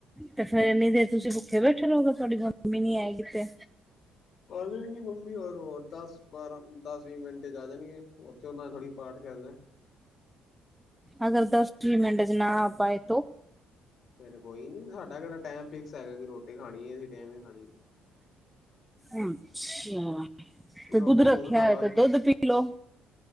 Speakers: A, in the centre; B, on the left.
A: ਤੇ ਫੇਰ ਐਨੀ ਦੇਰ ਤੁਸੀਂ ਭੁੱਖੇ ਬੈਠੇ ਰਹੋਗੇ। ਥੋਡੀ ਮੰਮੀ ਨੀ ਆਏਗੀ ਤੇ।
B: ਆ ਜਾਣਗੇ ਮੰਮੀ ਹੋਰ ਹੋਰ ਦਸ-ਬਾਰਾਂ, ਦਸ-ਵੀਹ ਮਿੰਟ ਚ ਆ ਜਾਣਗੇ, ਉਥੇ ਓਨਾਂ ਥੋੜੀ ਪਾਠ ਕਰਨੈ।
A: ਅਗਰ ਦਸ <unintelligible> ਮਿੰਟ ਚ ਨਾ ਆ ਪਾਏ ਤੋਂ?
B: ਫਿਰ ਕੋਈ ਨੀ, ਸਾਡਾ ਕੇੜਾ ਟੈਮ ਫਿਕਸ ਹੈਗਾ ਕਿ ਰੋਟੀ ਖਾਣੀ ਅਸੀਂ ਟੈਮ ਨਾ ਈ ਖਾਣੀ।
A: ਅੱਛਾ। ਤੇ
B: ਰੋਟੀ
A: ਦੁੱਧ ਰੱਖਿਆ
B: ਹੁਣ ਖਾਵਾਂਗੇ
A: ਐ ਤੇ ਦੁੱਧ ਪੀਲੋੋ।